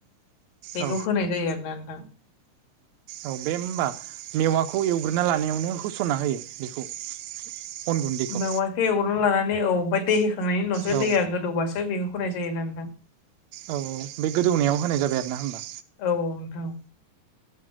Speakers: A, on the left (about 80°); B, on the right (about 75°).
A: बेखौ
B: औ
A: होनाय जायो आरोना नोंथां
B: औ बे होनोमबा मेवाखौ एवग्रोना लानायावनो होस'ना होयो बेखौ अन गुन्दैखौ
A: मेवाइखौ एवग्रोनानै लानानै औ ओमफफ्राय दै होखांनायनि उनावसो
B: औ
A: दैया गोदौबासो बे होनाय जायो नोंथां
B: औ औ बे गोदौनायाव होनाय जाबाय आरो ना होनबा
A: औ औ नोंथां